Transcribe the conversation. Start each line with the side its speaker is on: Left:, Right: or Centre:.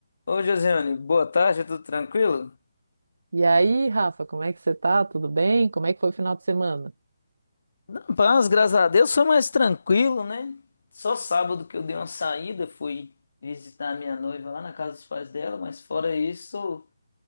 Left: Ô, Josiane, boa tarde, tudo tranquilo?
Right: E aí, Rafa, como é que você tá? Tudo bem? Como é que foi o final de semana?
Left: Na paz, graças a Deus, foi mais tranquilo, né? Só sábado que eu dei uma saída, fui visitar a minha noiva lá na casa dos pais dela, mas fora isso,